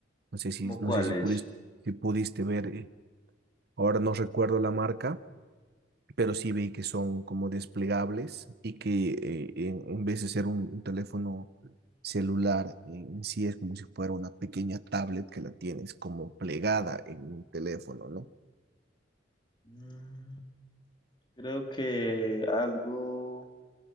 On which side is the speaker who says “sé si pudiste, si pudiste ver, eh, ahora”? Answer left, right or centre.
Right